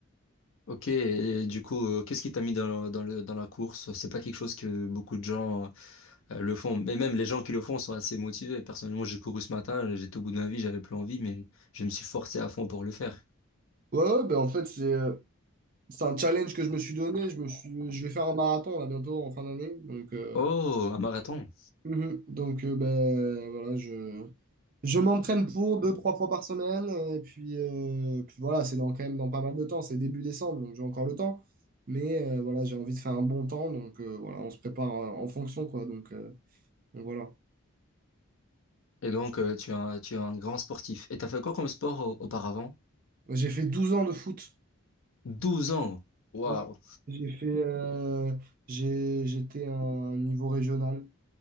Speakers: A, on the left (about 65°); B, on the right (about 40°).
A: Ok, et du coup, euh, qu'est-ce qui t'a mis dans, le- dans le, dans la course? C'est pas quelque chose que beaucoup de gens euh, le font, mais même les gens qui le font sont assez motivés. Personnellement, j'ai couru ce matin, j'étais au bout de ma vie, j'avais plus envie, mais je me suis forcé à fond pour le faire.
B: Ouais, ouais, ben en fait, c'est euh, c'est un challenge que je me suis donné. Je me suis, je vais faire un marathon là bientôt en fin d'année. Donc, euh,
A: Oh, un marathon!
B: mhm. donc euh, ben, voilà, je, je m'entraîne pour deux, trois fois par semaine. euh, Et puis, euh, puis voilà, c'est dans, quand même dans pas mal de temps. C'est début décembre, donc j'ai encore le temps. Mais euh, voilà, j'ai envie de faire un bon temps. Donc euh, voilà, on se prépare euh, en fonction, quoi. Donc, euh, Donc voilà.
A: Et donc, euh, tu es un, tu es un grand sportif. Et t'as fait quoi comme sport au- auparavant?
B: J'ai fait 12 ans de foot.
A: 12 ans. Waouh.
B: Ouais. J'ai fait, euh, j'ai, j'étais à un niveau régional.